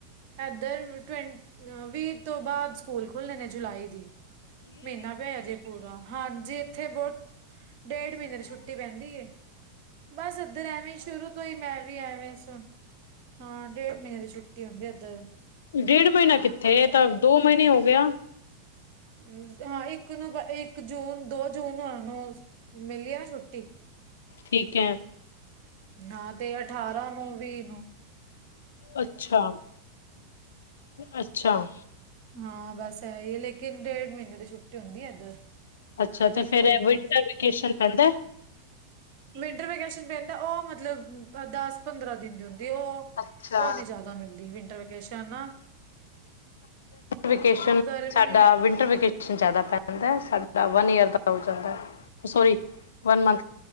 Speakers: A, on the right (about 45°); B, on the left (about 65°).
A: ਐਧਰ ਟ੍ਵੇਂਨ ਵੀਹ ਤੋਂ ਬਾਦ ਸਕੂਲ ਖੁੱਲਣੇ ਨੇ ਜੁਲਾਈ ਦੀ। ਮੀਨਾ ਪਿਆ ਅਜੇ ਪੂਰਾ, ਹਾਂਜੀ ਇਥੇ ਬੋਤ ਡੇਢ ਮੀਨੇ ਦੀ ਛੁੱਟੀ ਪੈਂਦੀ ਏ। ਬਸ ਏਧਰ ਐਵੇਂ ਈ ਸ਼ੁਰੂ ਤੋਂ ਈ ਮੈਂ ਵੀ ਐਵੇਂ ਸੁ ਹਾਂ, ਡੇਢ ਮੀਨੇ ਦੀ ਛੁੱਟੀ ਹੁੰਦੀ ਏਧਰ।
B: ਡੇਢ ਮੀਨਾ ਕਿੱਥੇ, ਏ ਤਾਂ ਦੋ ਮਈਨੇ ਹੋ ਗਏ ਆ।
A: ਹੂੰ, ਹਾਂ ਇਕ ਨੂੰ ਬ, ਇਕ ਜੂਨ, ਦੋ ਜੂਨ ਨੂੰ ਓਨੂੰ ਮਿਲੀ ਆ ਛੁੱਟੀ।
B: ਠੀਕ ਐ।
A: ਨਾ ਤੇ ਅਠਾਰਾਂ ਨੂੰ ਵੀ
B: ਅੱਛਾ, ਅੱਛਾ।
A: ਹਾਂ, ਬਸ ਐ ਈ ਹੈ ਲੇਕਿਨ ਡੇਢ ਮਹੀਨੇ ਦੀ ਛੁੱਟੀ ਹੁੰਦੀ ਐ ਇੱਧਰ।
B: ਅੱਛਾ, ਤਾਂ
A: ਦੇਖੋ
B: ਫੇਰ
A: ਨਾ
B: ਵਿੰਟਰ ਵੇਕੇਸ਼ਨ ਪੈਂਦਾ ਐ।
A: ਵਿੰਟਰ ਵੈਕੇਸ਼ਨ ਪੈਂਦਾ ਐ, ਓ ਮਤਲਬ ਦੱਸ ਪੰਦਰਾਂ ਦਿਨ ਦੀ ਹੁੰਦੀ ਊ
B: ਅੱਛਾ।
A: ਉਹ ਨੀ ਜਾਦਾ ਮਿਲਦੀ ਵਿੰਟਰ ਵੇਕੇਸ਼ਨ ਨਾ।
B: ਵਕੇਸ਼ਨ
A: ਗਰਮੀ
B: ਸਾਡਾ ਵਿੰਟਰ ਵਕੇਸ਼ਨ ਜਾਦਾ ਪੈਂਦਾ ਐ, ਸਾਡਾ ਵਨ ਈਯਰ ਦਾ ਹੋ ਜਾਂਦਾ ਐ, ਓ ਸੌਰੀ ਵਨ ਮੰਥ <unintelligible>